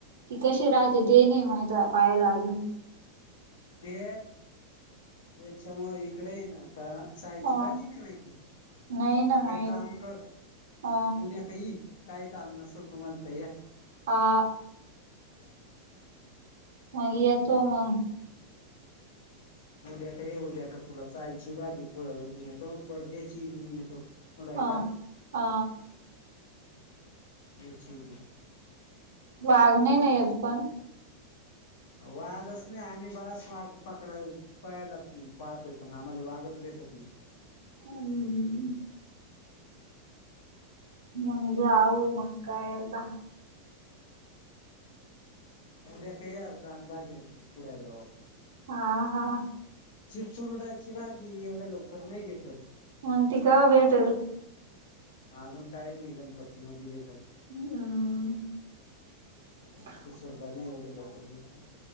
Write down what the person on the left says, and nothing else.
ते त्याच्यामुळे इकडे आहे ना आता सायची
बाजी नाही माहिती
एक काम कर
उद्या कई काही काम नसल तुम्हाला तर या.
<inaudible>
उद्या खाई उद्या कर तूला सायची भाजी <unintelligible> घेऊन येतो पर्देची घेऊन येतो. खुडायला
हा
ये. <unintelligible>
वाघच नाही आम्ही बराच वाघ पकडाय पायाला पुम पाहत येतो ना आम्हाला वागच भेटत नाही.
उद्या काय यावं राहनबाजे खुडयाला जाऊ आप
चि चुरडाची भाजी एवढ्या लवकर नाही भेटत.
अजून टाईम आहे गणपती मध्ये भेटल.
ती शोरडा नाय एवढं लवकर भेटत.